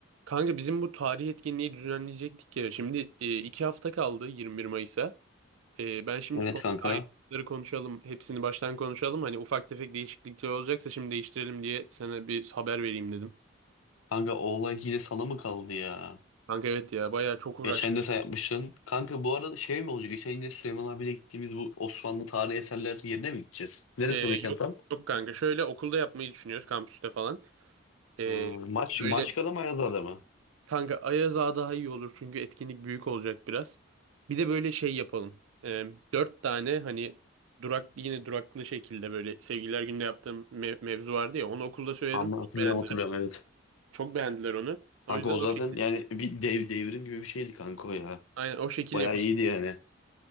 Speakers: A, on the right; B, on the left.
A: Kanka bizim bu tarih etkinliği düzenleyecektik ya. Şimdi e, iki hafta kaldı 21 Mayıs'a. E, ben şimdi
B: Evet
A: son
B: kanka.
A: ayrıntıları konuşalım. Hepsini baştan konuşalım. Hani ufak tefek değişiklikler olacaksa şimdi değiştirelim diye sana bir haber vereyim dedim.
B: Kanka o olay yine sana mı kaldı ya?
A: Kanka evet ya bayağı çok uğraştık.
B: Geçen de sen yapmışsın. Kanka bu arada şey mi olacak? Geçen yine Süleyman abiyle gittiğimiz bu Osmanlı tarihi eserler yerine mi gideceğiz? Neresi
A: E, yok
B: o mekan tam?
A: yok kanka şöyle okulda yapmayı düşünüyoruz kampüste falan. E,
B: Hmm, maç,
A: böyle
B: Maçka'da mı Ayaza'da mı?
A: Kanka Ayaz Ağa daha iyi olur çünkü etkinlik büyük olacak biraz. Bir de böyle şey yapalım. Ee, dört tane hani durak yine duraklı şekilde böyle sevgililer günde yaptığım me- mevzu vardı ya onu okulda söyledim
B: Anla,
A: çok
B: hatırlıyorum
A: beğendiler.
B: hatırlıyorum evet.
A: Çok beğendiler onu. O
B: Kanka
A: yüzden
B: o zaten
A: o şekilde.
B: yani bir dev, devrim gibi bir şeydi kanka o ya.
A: Aynen o şekil
B: Bayağı
A: yapalım.
B: iyiydi yani.